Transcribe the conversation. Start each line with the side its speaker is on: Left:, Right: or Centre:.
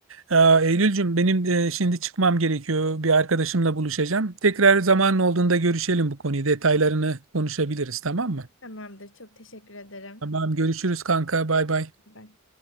Right: Aa, Eylülcüm benim e, şimdi çıkmam gerekiyor. Bir arkadaşımla buluşacağım. Tekrar zamanın olduğunda görüşelim bu konuyu. Detaylarını konuşabiliriz tamam mı?
Left: Tamamdır. Çok teşekkür ederim.
Right: Tamam görüşürüz kanka bay bay.
Left: Bye.